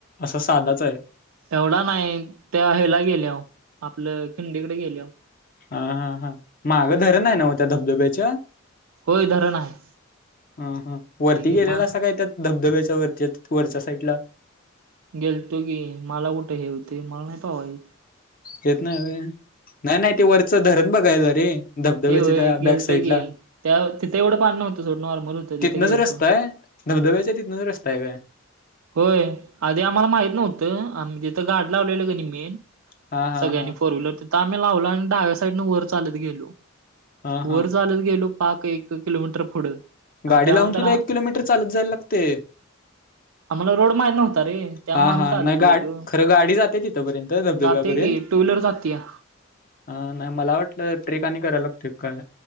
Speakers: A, on the left (about 45°); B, on the right (about 80°).
A: असं साधाच आहे
B: तेवढा नाही त्या हेला गेल्यावर आपलं खिंडीकडे गेल्यावर
A: हां हां हां मागं धरण आहे नव्ह त्या धबधब्याच्या
B: होय धरण आहे
A: हां हां वरती
B: आहे की
A: गेलेलासा
B: मा
A: काय त्यात धबधब्याच्या वरच्या वरच्या साईडला
B: गेलतो की मला कुठं हे होते मला नाही पोहायला येत
A: येत नाही होय नाही नाही ते वरचं धरण बघायला रे धबधब्याच्या
B: ते होय
A: त्या
B: गेलतो
A: बॅक साईडला
B: की त्या तिथं एवढं पाणी नव्हतं सोड नॉर्मल होतं
A: तिथनंच
B: तिथं गेलतो
A: रस्ता आहे धबधब्याच्या तिथनच रस्ता आहे होय
B: होय आधी आम्हाला माहित नव्हतं आम्ही तिथं गाडी लावलेलं की नाही मी
A: हा हा
B: सगळ्यांनी
A: हा
B: फोर व्हीलर तिथं आम्ही लावला आणि डाव्या साईडनं वर चालत गेलो
A: हा
B: वर
A: हा
B: चालत गेलो पाक एक किलोमीटर पुढं आणि
A: गाडी
B: त्यानंतर
A: लावून सुद्धा एक किलोमीटर चालत जायला लागतंय
B: आम्हाला रोड माहीत नव्हता रे त्यामुळं
A: हा
B: आम्ही
A: हा
B: चालत
A: नाही
B: गेलो
A: गाडी खरं गाडी जाते तिथंपर्यंत धबधब्यापर्यंत
B: जाते की टू व्हीलर जात्या
A: हां नाही मला वाटलं ट्रेक आणि करायला लागते काय